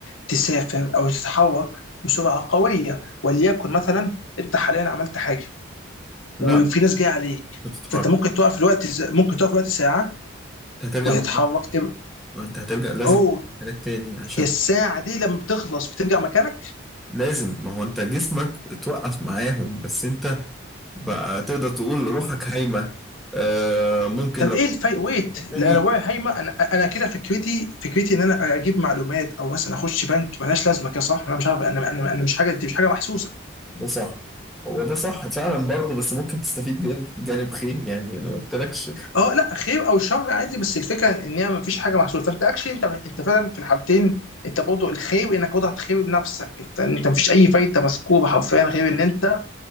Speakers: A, on the left; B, in the centre.
A: تسافر او تتحرك بسرعه قويه وليكن مثلا انت حاليا عملت حاجه
B: لا
A: وفي
B: مش
A: ناس جايه عليك
B: هتتحرك
A: فانت ممكن تقف في الوقت ز- ممكن تقف في الوقت ساعه
B: انت هترجع
A: وتتحرك
B: مكانك
A: تب...
B: انت هترجع لازم
A: اوه
B: مكانك تاني عشان
A: هي الساعه دي لما بتخلص بترجع مكانك
B: لازم ما هو انت جسمك اتوقف معاهم بس انت بقى تقدر تقول روحك هايمة آه ممكن
A: طب
B: لو
A: ايه الفايت ويت
B: تاني
A: لا لو وقع هايمه انا انا كده فكرتي فكرتي ان انا اجيب معلومات او مثلا اخش بنك ملهاش لازمه كده صح انا مش عارف انا انا انا مش حاجه دي مش حاجه محسوسه
B: ده صح هو ده صح فعلا برضه بس ممكن تستفيد بيه في جانب خير يعني انا ما قلتلكش
A: اه لا خير او شر عادي بس الفكره ان هي ما فيش حاجه محسوسه فانت اكشلي انت انت فعلا في الحالتين انت برضه الخير انك وضعت خير بنفسك انت انت ما فيش اي فايده مذكوره حرفيا غير ان انت